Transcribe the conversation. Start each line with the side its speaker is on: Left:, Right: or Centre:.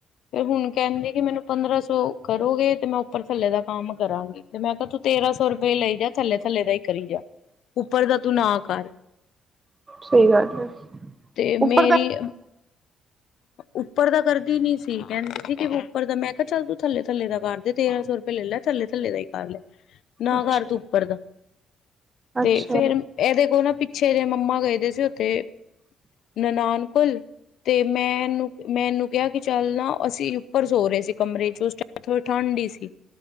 Left: ਤੇ ਹੁਣ ਕਹਿੰਦੇ ਕਿ ਮੈਨੂੰ ਪੰਦਰਾਂ ਸੌ ਕਰੋਗੇ ਤੇ ਮੈਂ ਉੱਪਰ ਥੱਲੇ ਦਾ ਕੰਮ ਕਰਾਂਗੀ ਤੇ ਮੈਂ ਕਿਹਾ ਤੂੰ ਤੇਰਾਂ ਸੌ ਰੁਪਏ ਲਈ ਜਾ ਥੱਲੇ ਥੱਲੇ ਦਾ ਹੀ ਕਰੀ ਜਾ ਉੱਪਰ ਦਾ ਤੂੰ ਨਾ ਕਰ
Right: ਸਹੀ ਗੱਲ ਹੈ
Left: ਤੇ
Right: ਉਪਰ
Left: ਮੇਰੀ
Right: ਤਾਂ
Left: ਉੱਪਰ ਦਾ ਕਰਦੀ ਨੀ ਸੀ ਕਹਿੰਦੀ ਸੀ ਕਿ ਉੱਪਰ ਦਾ ਮੈਂ ਕਿਹਾ ਚੱਲ ਤੂੰ ਥੱਲੇ ਥੱਲੇ ਦਾ ਕਰ ਦੇ ਤੇਰਾਂ ਸੌ ਰੁਪਏ ਲੈ ਲੈ ਥੱਲੇ ਥੱਲੇ ਦਾ ਹੀ ਕਰ ਲੈ ਨਾ
Right: ਅੱਛਾ
Left: ਕਰ ਤੂੰ ਉੱਪਰ ਦਾ ਤੇ
Right: ਅੱਛਾ
Left: ਫੇਰ ਇਹਦੇ ਕੋਲ ਨਾ ਮੇਰੇ ਮੰਮਾ ਗਏਦੇ ਸੀ ਉੱਥੇ ਨਨਾਣ ਕੋਲ ਤੇ ਮੈ ਇਨੂੰ ਮੈ ਇਨੂੰ ਕਿਹਾ ਕਿ ਚੱਲ ਨਾ ਅਸੀਂ ਉੱਪਰ ਸੋ ਰਹੇ ਸੀ ਕਮਰੇ ਚ ਉਸ ਟਮ ਥੋੜੀ ਠੰਢ ਹੀ ਸੀ